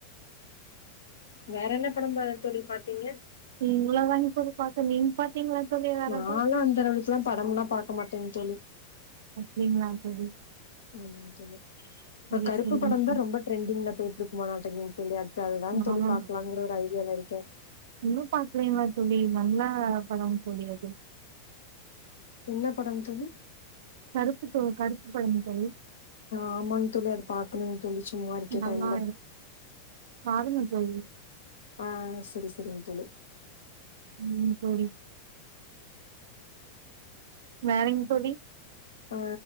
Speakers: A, on the left; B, on the right.
A: வேற என்ன படோ தோழி பாத்தீங்க
B: இவ்ளோதாங்க தோழி பாத் நீங் பாத்திங்ளா தோழி வேற
A: நாலா
B: எதா
A: அந்த அளவுக்குல்லா படம்ல்லா பாக்க மாட்டேங் தோழி
B: அப்டிங்ளா தோழி
A: ஆமாங் தோழி இப்ப
B: சேரி
A: கருப்பு
B: சேரிங்க.
A: படோ தா ரொம்ப ட்ரெண்டிங்ல போ மட்டு இருக்கு மாநாட்டக தோழி‌ அடுத்து அதுதாங்
B: நாலா
A: தோழி பாக்கலங்கிற ஒரு ஐடியால இருக்கே
B: இன்னு பாக்கலைங்கலா தோழி நல்லா படோ தோழி அது
A: என்ன படங் தோழி
B: கருப்பு தோ கருப்பு படம் தோழி
A: ஆமாங் தோழி அது பாக்கணு தோழி சும்மா இருக்க
B: நல்லா
A: டைம்ல
B: பாருங்க தோழி
A: ஆ சேரி சேரிங் தோழி
B: ம் தோழி வேறங் தோழி
A: ஆ